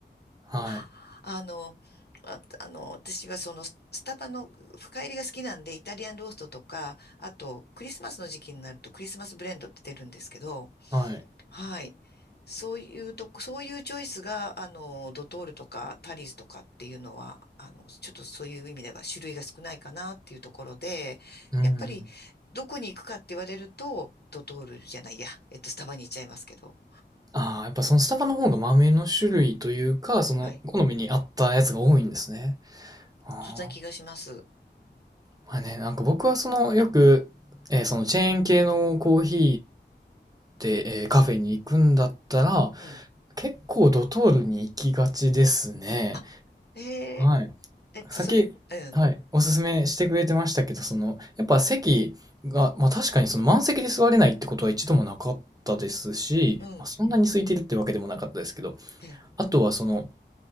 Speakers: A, on the right; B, on the left.
A: はい。
B: <laughs> あの、あ、あの、私はその、ススタバの深入りが好きなんで、イタリアンローストとか、あと、クリスマスの時期になると、クリスマスブレンドって出るんですけど、
A: はい。
B: はい。そういうとこ、そういうチョイスが、あの、ドトールとかタリーズとかっていうのは、あの、ちょっとそういう意味では種類が少ないかなっていうところで、
A: うんうん。
B: やっぱり、どこに行くかって言われると、ドトールじゃないや、えっと、スタバに行っちゃいますけど、
A: ああ、やっぱそのスタバの方が豆の種類というか、その好みに合ったやつが多いんですね。
B: はい。
A: ああ。
B: そんな気がします。
A: まあね、なんか僕はその、よく、えーそのチェーン系のコーヒーで、えーカフェに行くんだったら、
B: うん。
A: 結構ドトールに行きがちですね。
B: あ、え
A: はい。
B: ー、えっと、
A: さっき、
B: それ、うん、
A: はい、おすすめしてくれてましたけど、その、やっぱ席が、まあ確かにその満席で座れないってことは一度もなかったですし、
B: うん、
A: まあ、そんなに空いてるってわけでもなかったですけど、
B: え
A: あとはその、